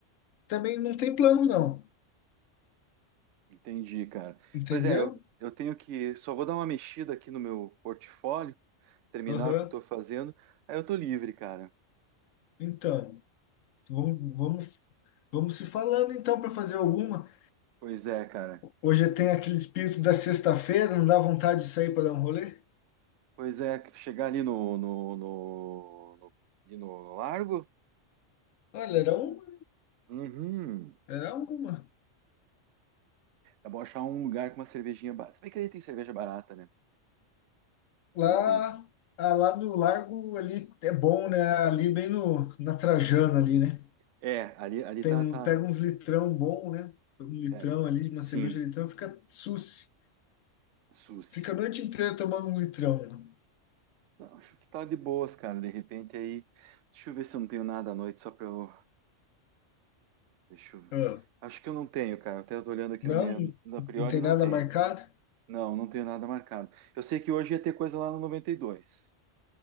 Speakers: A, on the left; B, on the right.
A: Também não tem plano, não.
B: Entendi, cara.
A: Entendeu?
B: Pois é, eu, eu tenho que. Só vou dar uma mexida aqui no meu portfólio, terminar
A: Aham.
B: o que eu tô fazendo, aí eu tô livre, cara.
A: Então, vamos, vamos, vamos se falando então para fazer alguma.
B: Pois é, cara.
A: Hoje tem aquele espírito da sexta-feira, não dá vontade de sair para dar um rolê?
B: Pois é, que chegar ali no, no, no, no- ali no, no largo.
A: Olha, era uma,
B: Uhum.
A: era uma.
B: É bom achar um lugar com uma cervejinha barata. Se bem que ali tem cerveja barata, né?
A: Lá,
B: Ali tem.
A: ah, lá no Largo ali é bom, né? Ali bem no, na Trajana ali, né?
B: É, ali, ali
A: Tem
B: tá,
A: um,
B: tá.
A: pega uns litrão bom, né? Um litrão
B: é,
A: ali, uma
B: Sim,
A: cerveja litrão, fica susse.
B: Suzy.
A: Fica a noite inteira tomando um litrão. né?
B: Não, acho que tá de boas, cara. De repente aí. Deixa eu ver se eu não tenho nada à noite, só pra eu. Deixa eu.
A: Ah,
B: Acho que eu não tenho, cara. Até eu tô olhando aqui
A: não,
B: na minha. Na
A: não
B: priori
A: tem
B: não
A: nada
B: tenho.
A: marcado?
B: Não, não tenho nada marcado. Eu sei que hoje ia ter coisa lá no 92.